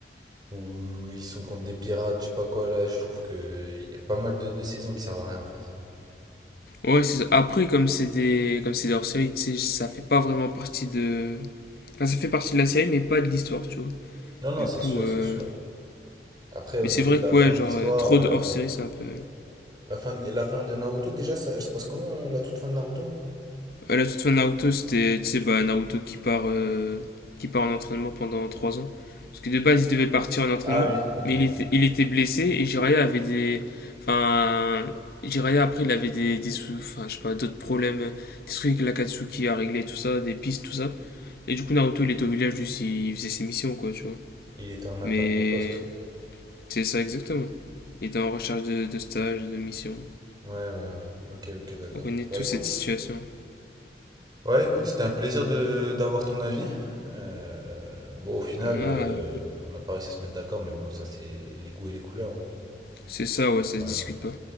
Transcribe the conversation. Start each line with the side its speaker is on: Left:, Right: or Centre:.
Right: ou ils sont contre des pirates, je sais pas quoi là, je trouve que il y a pas mal de, de saisons qui servent à rien en fait.
Left: Ouais, c'est ça. Après, comme c'est des, comme c'est des hors-série, tu sais, ça fait pas vraiment partie de, Enfin, ça fait partie de la série, mais pas de l'histoire, tu vois.
Right: Non, non,
Left: Du
Right: c'est
Left: coup,
Right: sûr,
Left: euh,
Right: c'est sûr. Après, au
Left: mais
Right: niveau
Left: c'est vrai
Right: de la
Left: que
Right: fin
Left: ouais, genre,
Right: de l'histoire,
Left: euh, trop
Right: euh,
Left: de hors-série, c'est un peu.
Right: la fin de, la fin de Naruto, déjà, ça, elle se passe comment euh, la toute fin de Naruto?
Left: À la toute fin de Naruto, c'était, tu sais, bah, Naruto qui part, euh, qui part en entraînement pendant 3 ans. Parce que de base, il devait partir en entraînement,
Right: Ah oui, ok.
Left: mais il était, il était blessé et Jiraiya avait des. Enfin. Jiraiya, après, il avait des, des sous, enfin, je sais pas, d'autres problèmes, des trucs que l'Akatsuki a réglé, tout ça, des pistes, tout ça. Et du coup, Naruto, il était au village, juste, il faisait ses missions, quoi, tu vois.
Right: Il était en attente
Left: Mais
Right: de poste.
Left: C'est ça exactement. Il était en recherche de, de stage, de mission.
Right: Ouais, ouais, ouais. Ok, ok, d'accord.
Left: On connaît toute
Right: Bah écoute,
Left: cette situation.
Right: Ouais, écoute, c'était un plaisir de d'avoir ton avis. Euh, bon, au final,
Left: Ah,
Right: euh, on n'a pas réussi à se mettre d'accord, mais bon, ça, c'est les goûts et les couleurs. hein.
Left: c'est ça, ouais, ça
Right: Ouais.
Left: se discute pas.